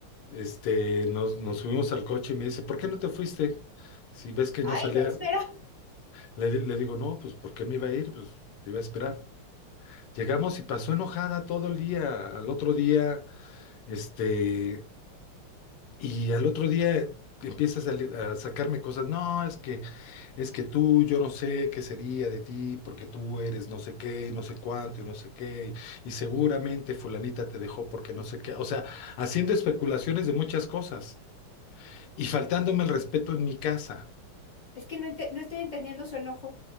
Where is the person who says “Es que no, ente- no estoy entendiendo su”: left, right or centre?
Left